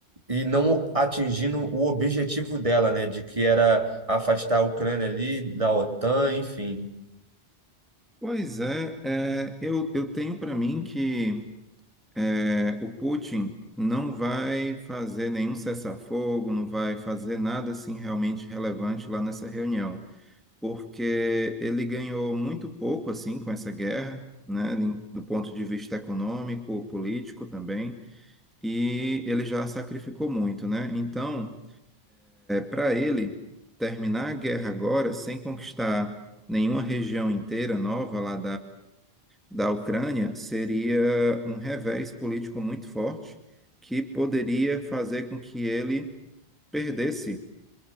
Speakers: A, on the right (about 30°); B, in the centre.
A: e não atingindo o objetivo dela, né, de que era afastar a Ucrânia ali da OTAN, enfim.
B: Pois é, é, eu, eu tenho para mim que É, o Putin não vai fazer nenhum cessar-fogo, não vai fazer nada assim realmente relevante lá nessa reunião, porque ele ganhou muito pouco assim com essa guerra, né, em- do ponto de vista econômico, político também, e ele já sacrificou muito, né? Então, para ele terminar a guerra agora sem conquistar nenhuma região inteira nova lá da Ucrânia seria um revés político muito forte que poderia fazer com que ele perdesse